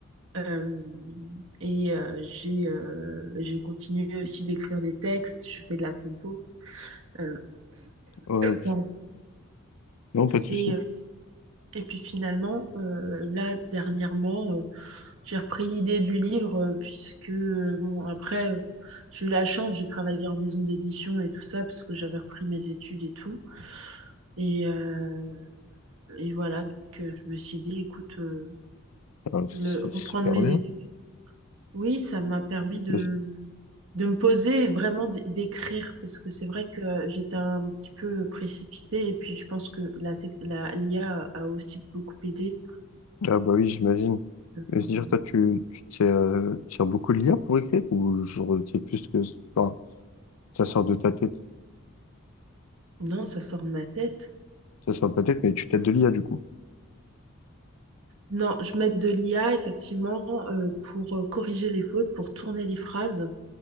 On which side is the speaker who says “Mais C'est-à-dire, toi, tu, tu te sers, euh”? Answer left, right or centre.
Left